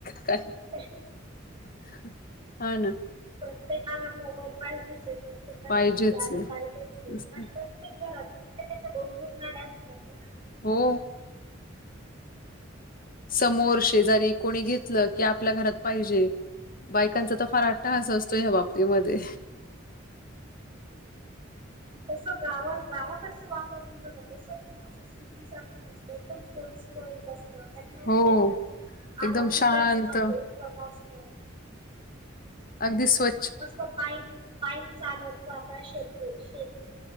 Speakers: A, on the left (about 45°); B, on the right (about 25°).
A: काय
B: अ.
A: अच् <unintelligible> आहे ना.
B: प्रत्येकाला मोबाईल पाहिजेच आहे, प्रत्येकाला
A: पाहिजेच
B: ती गाडी
A: आहे.
B: पाहिजेच
A: तेच
B: आहे, आणि
A: ना.
B: प प्रत्येक घरात प्रत्येकाच्या दोन-दोन गाड्या असतात. तुम्ही
A: हो. समोर शेजारी कोणी घेतलं, की आपल्या घरात पाहिजे. बायकांचा तर फार आट्टाहास असतोय या बापतीमध्ये.
B: तस गाव गावाकडचं वातावरण बघा तस सिटी सारख नसतय एकदम सु सुरळीत असतं. त्यांना म्हणजे,
A: हो. एकदम
B: आरोग्य ही
A: शांत.
B: त्यांच चांगलं उत्तम असतं.
A: अगदी स्व
B: मस्त पाय पाय चालत जाता शेत शेती.